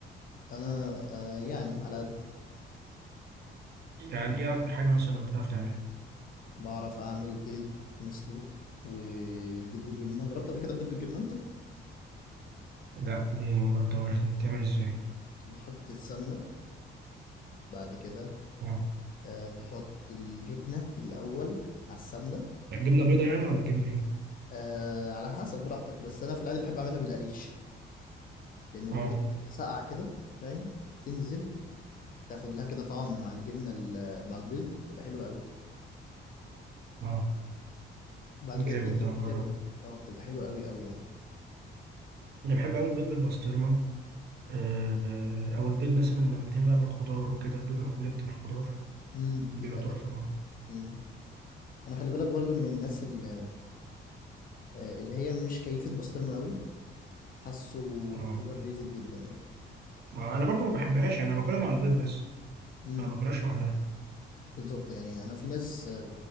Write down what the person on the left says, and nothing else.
أنا آه، يعني على قد
بعرف أعمل بيض مسلوق وبيض بالجبنة جربت قبل كده بيض بالجبنة أنت
بتحط السمنة بعد كده
آه، تحط الجبنة الأول على السمنة
آه، على حسب براحتك بس أنا في العادي بحب أعملها بالقريش لأن القريش
بتبقى ساقعة كده فاهم تنزل تاخد لها كده طعم مع الجبنه ال- مع البيض تبقى حلوه قوي
وبعد كده
بتنزل
تحتها
بالبيض اه بتبقى حلوه قوي قوي يعني
امم
بيبقى
ده
امم انا خلي بالك برضو من الناس اللي, اللي هي مش كيفه بسطرمه قوي حاسه
اوفر ريتد جدا يعني
امم
بالظبط يعني انا في ناس آه،